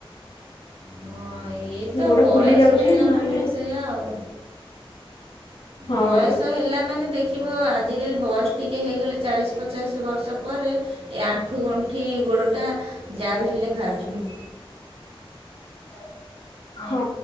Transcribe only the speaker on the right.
ହଁ ଏଇ ତ
ବୟସ
ହେଲା
ମାନେ ସେୟା ଆଉ
ବୟସ ହେଲା ମାନେ ଦେଖିବ ଆଜିକାଲି ବୟସ ଟିକେ ହେଇଗଲେ ଚାଳିଶ ପଚାଶ ବର୍ଷ ପରେ। ଏ ଆଣ୍ଠୁ ଗଣ୍ଠି ଗୋଡ଼ଟା ଯାହାବି ହେଲେ ବାହାରୁଛି ମୁଁ